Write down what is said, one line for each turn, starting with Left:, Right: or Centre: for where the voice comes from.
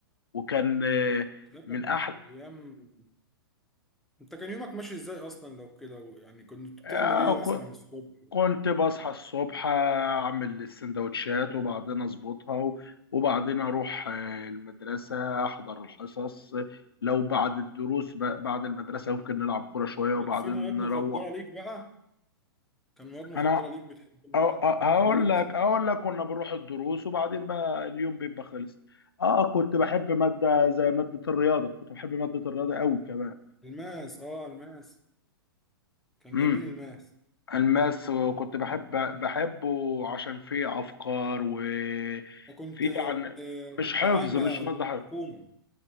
Left: وكان آه،
Centre: ده كانت
Left: من احلى
Centre: ايام انت كان يومك ماشي ازاي اصلا لو كده يعني كنت بتعمل
Left: آه،
Centre: ايه مثلا الصبح
Left: كنت بصحى الصبح اعمل السندوتشات وبعدين اظبطها و- وبعدين اروح آه، المدرسه احضر الحصص لو بعد الدروس ب- بعد المدرسه ممكن نلعب كوره شويه وبعدين
Centre: كانت في مواد
Left: نروح
Centre: مفضله ليك بقى كان مواد مفضله
Left: انا
Centre: ليك بتحب مواد
Left: أ- أ-
Centre: معينه
Left: هقول لك
Centre: مثلا
Left: اقول لك كنا بنروح الدروس وبعدين بقى اليوم بيبقى خلص اه كنت بحب ماده زي ماده الرياضه كنت بحب ماده الرياضه قوي كمان
Centre: الماس اه الماس كان
Left: انت
Centre: جميل الماس
Left: الماس وكنت بحب بحبه عشان فيه افكار وفيه
Centre: كنت
Left: عن
Centre: آه، كنت
Left: مش حفظ
Centre: عام بقى
Left: مش ماده
Centre: ولا كنت
Left: حفظ
Centre: حكومه